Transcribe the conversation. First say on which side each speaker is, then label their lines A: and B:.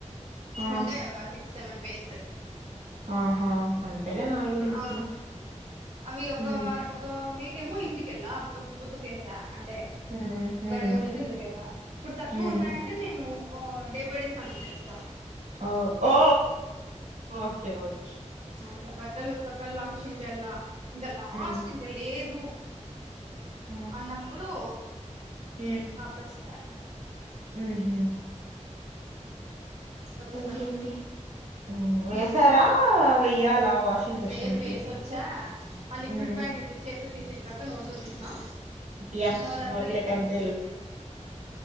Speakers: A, on the right; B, on the right.
A: ఉమ్, ఆ
B: ఉంటై ఒక సిక్స్ సెవెన్ పేర్స్
A: ఆహా అంతేలే నావి గూడా ఇంచుమించు
B: ఆ అవి ఒక
A: హు
B: వా ఒక వీకేమో ఇంటికెళ్ళా అప్పుడు ఉతీకేసా అంటే
A: ఉమ్
B: ఒక
A: ఉమ్
B: రెండు మూడు జతలు ఉదుకేసా ఇప్పుడు తక్కువున్నాయంటే
A: ఉమ్
B: నేను ఓ డే బై డే స్నానం జేస్తా
A: ఓ ఔ ఓకే ఓకే
B: అసలు బట్టలు ఉత్కక్కల్లా మిషిన్కెళ్లా ఇంకా లాస్ట్
A: ఉమ్
B: ఇంకా లేదు
A: ఉమ్
B: అన్నప్పుడు
A: ఉమ్
B: ఆపేస్తాండి
A: ఉహు
B: ఉతకల్ల
A: ఇంకేంటి హ్మ్. వేశారా?
B: హు
A: వెయ్యాలా వాషింగ్ మిషన్‌కి?
B: లేదు వేసొచ్చా అ లిక్విడ్
A: హ్మ్.
B: ప్యాకెట్ చేత్తో తీసేకరాక నోట్తోతీస్నా
A: యాహ్!
B: నోరంతా
A: నోట్లోకంతే
B: లిక్విడ్ లిక్విడ్ ఉంది